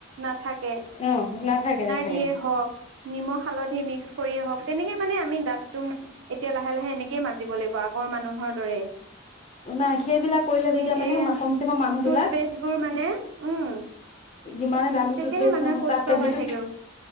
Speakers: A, on the right; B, on the left.
A: নাথাকে।
B: অ', নাথাকে, নাথাকে।
A: যিয়ে হওঁক। নিমখ, হালধি মিক্স কৰিয়ে হওঁক তেনেকে মানে আমি দাঁতটো এতিয়া লাহে, লাহে এনেকয়ে মাজিব লাগিব আগত মানুহৰ দৰেই।
B: নাই সেইবিলাক কৰিলে
A: তুমি
B: তেতিয়া মানে
A: এই
B: কমচে কম মানুহ
A: টুথপেষ্টবোৰ
B: বিলাক
A: মানে উ'ম।
B: যিমানে দামী
A: তেতিয়াহে
B: টুথপেষ্ট
A: মানুহে
B: নহওক
A: সুস্থ
B: তাত
A: হৈ
B: যিটো
A: থাকিব।